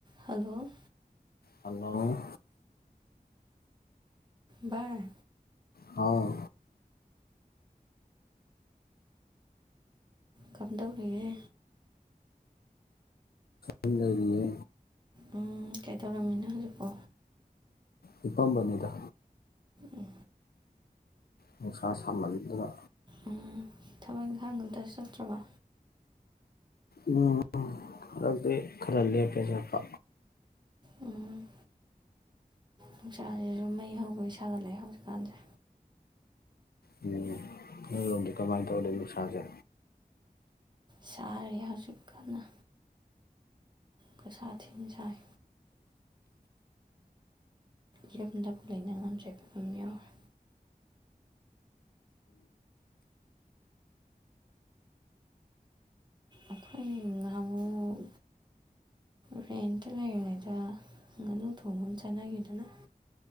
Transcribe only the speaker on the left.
hello
ꯍꯥꯎ
ꯌꯨꯝ ꯂꯩꯔꯤꯌꯦ
ꯍꯤꯄꯝꯕꯥꯅꯤꯗ
<unintelligible> ꯀꯥ ꯁꯥꯃꯟꯗꯅ
ꯎꯝ ꯍꯟꯗꯛꯇꯤ ꯈꯔ ꯂꯦꯞꯄꯦ ꯆꯠꯄꯥ
ꯎꯝ ꯅꫭꯏꯔꫭꯝꯗꯤ ꯀꯃꯥꯏ ꯇꯧꯔꯂꯩ ꯅꯨꯡꯁꯥꯁꯦ